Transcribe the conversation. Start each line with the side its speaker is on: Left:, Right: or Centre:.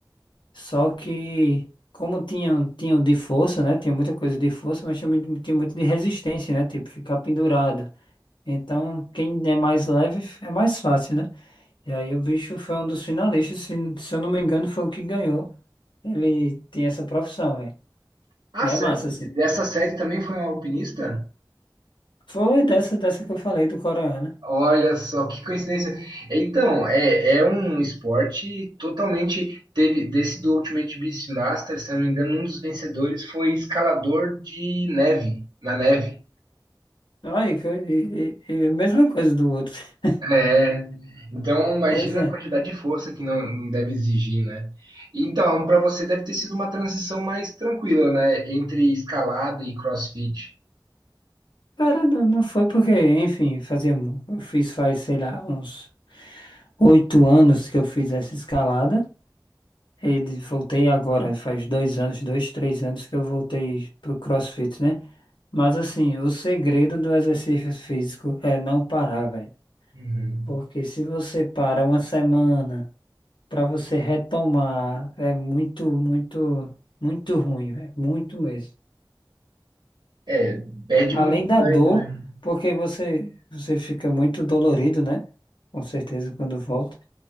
Left: Só que, como tinham, tinham de força, né? Tinha muita coisa de força, mas também tinha muito de resistência, né? Tipo, ficar pendurado. Então, quem é mais leve é mais fácil, né? E aí o bicho foi um dos finalistas, se, se eu não me engano, foi o que ganhou. Ele tem essa profissão, velho.
Right: Ah,
Left: E é
Right: sério?
Left: massa, assim.
Right: Dessa série também foi um alpinista?
Left: Foi dessa, dessa que eu falei do Coreano, né?
Right: Olha só, que coincidência. Então, é, é um esporte totalmente. Teve desse do Ultimate Beastmaster, se eu não me engano, um dos vencedores foi escalador de neve, na neve.
Left: Ai, foi- e, e- e a mesma coisa do outro. <laughs>
Right: É, então imagina
Left: Pois é.
Right: a quantidade de força que não, não deve exigir, né? Então, para você deve ter sido uma transição mais tranquila, né? Entre escalada e CrossFit.
Left: Cara, não, não foi porque, enfim, fazia, mu- eu fiz faz, sei lá, uns oito anos que eu fiz essa escalada. E de- voltei agora, faz dois anos, dois, três anos que eu voltei pro CrossFit, né? Mas assim, o segredo do exercício físico é não parar, velho.
Right: Uhum.
Left: Porque se você para uma semana, para você retomar, é muito, muito, muito ruim, velho. Muito mesmo.
Right: É, perde
Left: Além
Right: muito
Left: da
Right: ganho,
Left: dor,
Right: né?
Left: porque você, você fica muito dolorido, né? Com certeza quando volta.